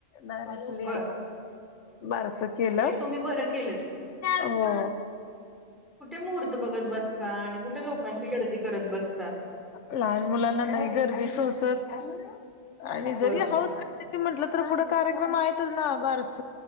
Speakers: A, on the left (about 85°); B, in the centre.
A: डायरेक्टली
B: बर
A: बारसं केलं
B: ते तुम्ही बरं केलंत
A: हो.
B: कुठे मुहूर्त बघत बसता आणि कुठे लोकांची गर्दी करत बसता!
A: लहान मुलांना नाही गर्दी सोसत आणि जरी
B: बरोबर
A: हाऊस करायची म्हटलं तर पुढे कार्यक्रम आहेतच ना बारस